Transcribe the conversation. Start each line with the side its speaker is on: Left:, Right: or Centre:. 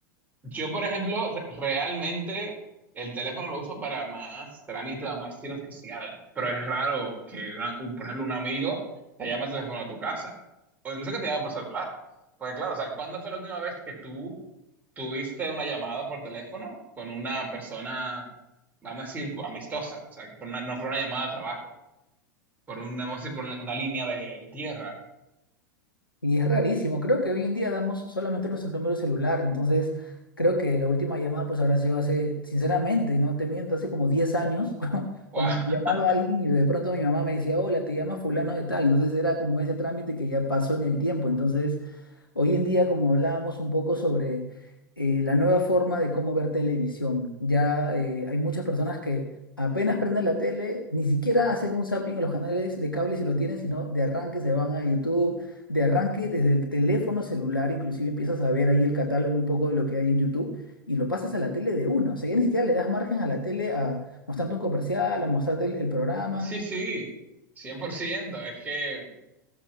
Right: Yo, por ejemplo, re- realmente el teléfono lo uso para más trámite, vamos a decir, oficial, pero es raro que, una- un- por ejemplo, un amigo te llame al teléfono de tu casa o incluso que te llame por celular. Porque claro, o sea, ¿cuándo fue la última vez que tú tuviste una llamada por teléfono con una persona, vamos a decir, amistosa? O sea, que fue una- no fue una llamada de trabajo, por una, vamos a decir, por una línea de, de tierra.
Left: Y es rarísimo. Creo que hoy en día damos solamente nuestro número celular. Entonces, creo que la última llamada pues habrá sido hace, sinceramente, no te miento, hace como 10 años, <laughs>
Right: Wow.
Left: cuando llamaba
Right: <laughs>
Left: a alguien y de pronto mi mamá me decía, hola, te llama fulano de tal. Entonces era como ese trámite que ya pasó en el tiempo. Entonces, Hoy en día, como hablábamos un poco sobre eh, la nueva forma de cómo ver televisión, ya eh, hay muchas personas que apenas prenden la tele, ni siquiera hacen un zapping en los canales de cable si lo tienen, sino de arranque se van a YouTube, de arranque desde el teléfono celular, inclusive empiezas a ver ahí el catálogo un poco de lo que hay en YouTube y lo pasas a la tele de uno. O sea, ya ni siquiera le das margen a la tele a mostrarte un comercial, a mostrarte el, el programa.
Right: Sí, sí, cien por ciento Es que...